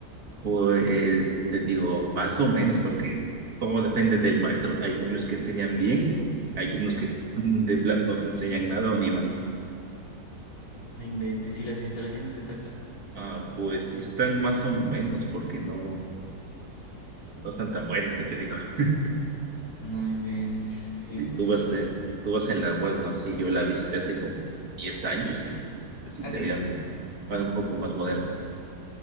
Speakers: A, on the right; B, on the left.
A: Pues te digo, más o menos, porque todo depende del maestro. Hay muchos que enseñan bien, hay unos que mm, de plano no te enseñan nada o ni van.
B: No inventes. ¿Y las instalaciones qué tal?
A: Ah, pues sí están más o menos, porque no. No están tan buenas que te digo. <laughs>
B: No inventes. Sí,
A: Si
B: pues
A: tú vas
B: sí.
A: en, tú vas en la web, no sé, yo la visité hace como 10 años y pues sí
B: ¿Ah,
A: se
B: sí?
A: veían bueno un poco más modernas.